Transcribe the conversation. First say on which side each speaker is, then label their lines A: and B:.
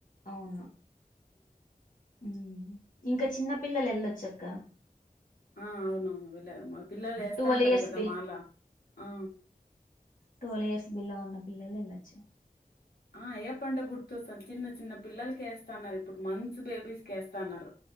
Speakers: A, on the left; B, on the left.
A: అవున ఊమ్ ఇంకా చిన్న పిల్లలు ఎళ్ళొచ్చు అక్క
B: ఆ అవునవును వెళ్ళ మా పిల్లలు ఏస్తాంటరు
A: ట్వెల్వ్ ఇయర్స్
B: కదా మాల ఆ
A: టువల్ ఇయర్స్ బీలో ఉన్న పిల్లలు వెళ్ళచ్చు
B: ఆ యే పండగ గుర్తొస్తాన్ చిన్న చిన్న పిల్లల్కి ఏస్తన్నారు. ఇప్పుడు మంత్స్ బేబీస్కి ఏస్తన్నరు.